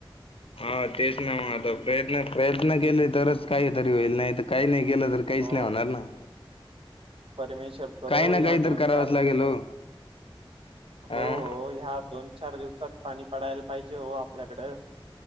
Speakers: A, on the left; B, on the right.
A: हा तेच ना म आता प्रयत्न प्रयत्न केले तरच काहीतरी होईल नाहीत काही नाही केलं तर काहीच
B: हो
A: नाही होणार ना.
B: परमेश्वर
A: काही
B: हो
A: ना
B: ह्या
A: काही तर
B: दोन
A: करावंच
B: चार
A: लागेल
B: दिवसात
A: हो
B: हो
A: हा?
B: हो ह्या दोन चार दिवसात पाणी पडायला पाहिजे हो आपल्याकडं